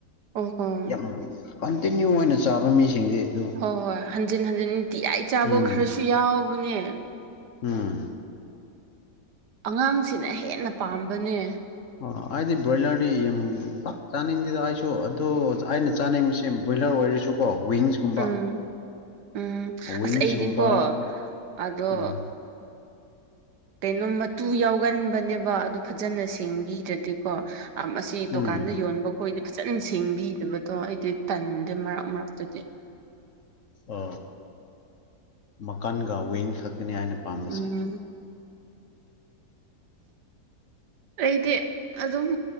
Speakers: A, on the right; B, on the left.
A: ꯑꯣ ꯍꯣ
B: ꯌꯥꯝ ꯀꯟꯇꯤꯅ꯭ꯌꯨ ꯑꯣꯏꯅ ꯆꯥꯕ ꯃꯤꯁꯤꯡꯗꯤ ꯑꯗꯨ
A: ꯍꯣꯏ ꯍꯣꯏ ꯍꯟꯖꯤꯟ ꯍꯟꯖꯤꯟ ꯅꯨꯡꯇꯤꯌꯥꯏ ꯆꯥꯕ
B: ꯎꯝ
A: ꯈꯔꯁꯨ ꯌꯥꯎꯕꯅꯦ
B: ꯎꯝ
A: ꯑꯉꯥꯡꯁꯤꯅ ꯍꯦꯟꯅ ꯄꯥꯝꯕꯅꯦ
B: ꯑꯣ ꯑꯩꯗꯤ ꯕ꯭ꯔꯣꯏꯂ꯭ꯔꯗꯤ ꯌꯥꯝ ꯄꯥꯛ ꯆꯥꯅꯤꯡꯗꯦꯗ ꯑꯩꯁꯨ ꯑꯗꯣ ꯑꯩꯅ ꯆꯥꯅꯤꯡꯕꯁꯤ ꯕ꯭ꯔ‌ꯣꯏꯂ꯭ꯔ ꯑꯣꯏꯔꯁꯨꯀꯣ ꯋꯤꯡꯁꯀꯨꯝꯕ
A: ꯎꯝ ꯎꯝ
B: ꯋꯤꯡꯁꯀꯨꯝꯕ
A: ꯑꯁ ꯑꯩꯗꯤꯀꯣ ꯑꯗꯣ
B: ꯎꯝ
A: ꯀꯩꯅꯣ ꯃꯇꯨ ꯌꯥꯎꯒꯟꯕꯅꯦꯕ ꯑꯗꯨ ꯐꯖꯅ ꯁꯦꯡꯕꯤꯗ꯭ꯔꯗꯤꯀꯣ ꯑꯁꯤ ꯗꯨꯀꯥꯟꯗ
B: ꯎꯝ
A: ꯌꯣꯟꯕ ꯈꯣꯏꯗꯤ ꯐꯆꯟ ꯁꯦꯡꯕꯤꯗꯕꯗꯣ ꯑꯩꯗꯤ ꯇꯟꯗꯦ ꯃꯔꯛ ꯃꯔꯛꯇꯗꯤ
B: ꯑ ꯃꯀꯟꯒ ꯋꯤꯡ ꯈꯛꯀꯅꯤ ꯑꯩꯅ ꯄꯥꯝꯕꯁꯦ
A: ꯎꯝ ꯑꯩꯗꯤ ꯑꯗꯨꯝ